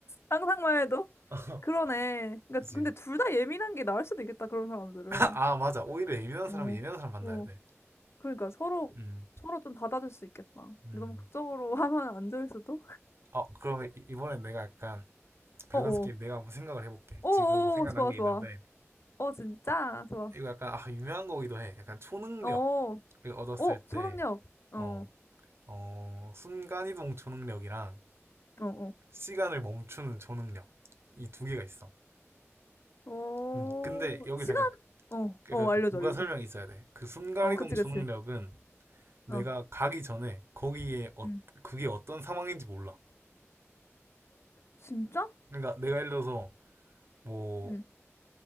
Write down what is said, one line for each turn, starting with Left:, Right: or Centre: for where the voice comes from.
Left: 상상만 해도.
Right: <laughs>
Left: 그러네. 그러니까
Right: 그지.
Left: 근데 둘 다 예민한 게 나을 수도 있겠다. 그런 사람들은.
Right: 아, 아, 맞아. 오히려 예민한 사람은
Left: 어,
Right: 예민한 사람 만나야
Left: 어.
Right: 돼.
Left: 그러니까 서로
Right: 음,
Left: 서로 좀 받아줄 수 있겠다.
Right: 음.
Left: 이거 너무 극적으로 <laughs> 하면 안 좋을 수도.
Right: 어, 그러면 이- 이번엔 내가 약간 밸런스
Left: 어어.
Right: 게임 내가 한번 생각을 해볼게.
Left: 어어.
Right: 지금 생각난
Left: 좋아
Right: 게
Left: 좋아.
Right: 있는데,
Left: 어 진짜 좋아.
Right: 이거 약간, 아, 유명한 거기도 해. 약간 초능력을
Left: 어. 어
Right: 얻었을
Left: 어, 초능력.
Right: 때,
Left: 어.
Right: 어, 어, 순간이동 초능력이랑
Left: 어어.
Right: 시간을 멈추는 초능력. 이 두 개가 있어.
Left: 어. 어,
Right: 음, 근데 여기서
Left: 시간.
Right: 약간,
Left: 어. 어
Right: 약간
Left: 알려줘
Right: 그 부가
Left: 알려줘.
Right: 설명이 있어야 돼. 그 순간이동
Left: 어 그치
Right: 초능력은
Left: 그치.
Right: 내가
Left: 어.
Right: 가기 전에 거기에 어,
Left: 응.
Right: 그게 어떤 상황인지 몰라.
Left: 진짜?
Right: 그러니까 내가 예를 들어서 뭐
Left: 응.